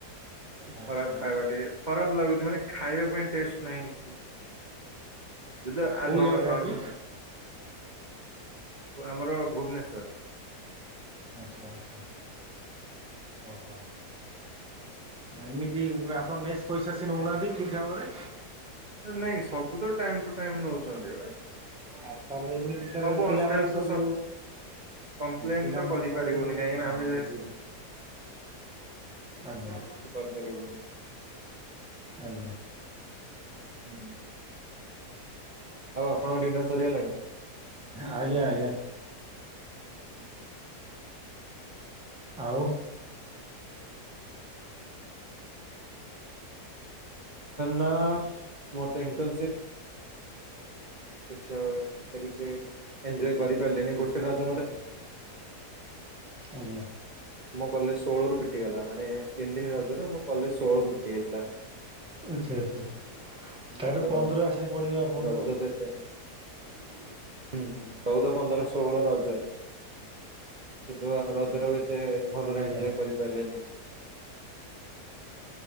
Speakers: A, on the right (about 40°); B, in the centre.
A: ଖରାପ
B: ଆଚ୍ଛା ଆଚ୍ଛା
A: ଖାଇବା ଟିକେ ଖରାପ ଲାଗୁଛି ମାନେ ଖାଇବା ପାଇଁ ଟେଷ୍ଟ ନାହିଁ କିଛି। ଯୁଦା
B: କୋଉ
A: ଆଜ୍ ନ
B: ଜାଗା
A: ନର୍ମେ
B: କି
A: ଆମର ଭୁବନେଶ୍ୱର।
B: ଆଚ୍ଛା ଆଚ୍ଛା ଓ ହୋ। ଏମିତି ଆପଣ ମେସ୍ ପଇସା ସେ ନଉନାହାନ୍ତି ଠିକ ଭାବରେ।
A: ନାଇଁ ସବୁ ତ ଟାଇମ ଟୁ ଟାଇମ ନଉଛନ୍ତି।
B: ଆଉ ତାହେଲେ ଏମିତି ତାହେଲେ
A: ହଁ।
B: ପିଲାମାନେ ସବୁ
A: କମ୍ପ୍ଲେନ
B: ପିଲାମାନେ
A: ତ କରିପାରିବୁନି।
B: ସବୁ
A: କିଛି
B: ହଁ ବୁଝିଲି ଆଜ୍ଞା
A: କରିପାରିବନି
B: ଆଜ୍ଞା।
A: ହୁଁ। ଆଉ ଆପଣଙ୍କ ଡିନର ସରିଗଲାଣି?
B: ଆଜ୍ଞା।
A: ହୁଁ।
B: ଆଉ।
A: ନା ମୋର ତ ଇଣ୍ଟର କିଛି ଆ ଏତେ କିଛି ଏଞ୍ଜୟ୍ ଗୋଟେ ରଜ
B: ଆଜ୍ଞା।
A: କଲେଜ ଷୋଳ ରୁ ଫିିଟିଗଲା ମାନେ ତିନି ଦିନ ରଜରୁ ମୁଁ କଲେଜ ଷୋଳରୁ ଫିଟି ଯାଇଥିଲା।
B: ଆଚ୍ଛା ଆଚ୍ଛା। ତାହେଲେ
A: ତ
B: ପନ୍ଦର
A: ରଜ
B: ଆସିବାକୁ ପଡିବ ଆପଣଙ୍କୁ
A: ରଜ
B: ଆଉ।
A: ତ ଏତେ ହୁଁ ହୁଁ ଚଉଦ ପନ୍ଦର ଷୋହଳ ରଜ। କିନ୍ତୁ ଆମେ ରଜଟକୁ ଏତେ ଭଲରେ
B: ଆଜ୍ଞା
A: ଏଞ୍ଜୟ୍ କରିପାରିଲନି।